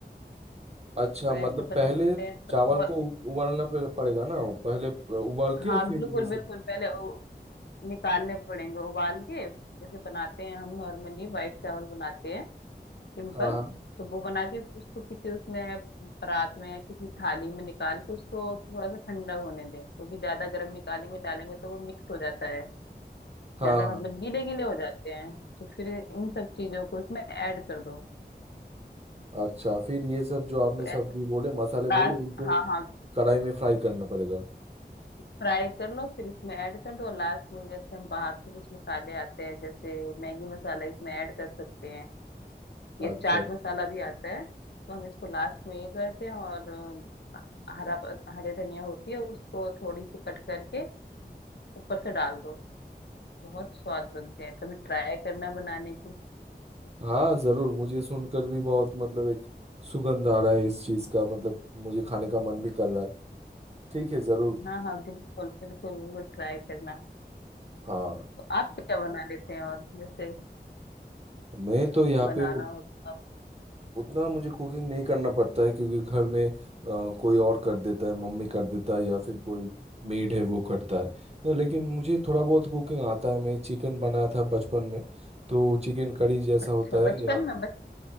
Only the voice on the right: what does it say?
अच्छा
मतलब
पहले
चावल
को उ- उबालना पे- पड़ेगा ना वो पहले उबाल के
फिर
ये सब
हाँ हाँ
हाँ हाँ
हाँ। अच्छा फिर ये सब जो आपने
सब्जी
बोले मसाले
बोले उनको
कढ़ाई में फ्राई करना पड़ेगा
अच्छा
हाँ जरूर मुझे सुनकर भी बहुत मतलब एक सुगंध आ रहा है इस चीज का मतलब मुझे खाने का मन भी कर रहा है ठीक है जरूर
हाँ
मैं तो यहाँ
पे उत-
उतना मुझे कुकिंग नहीं करना पड़ता है क्योंकि घर में अ, कोई और कर देता है मम्मी कर देता है या फिर कोई मेड है वो करता है तो लेकिन मुझे थोड़ा बहुत कुकिंग आता है मैं चिकन बनाया था बचपन में तो चिकन करी जैसा
होता है
या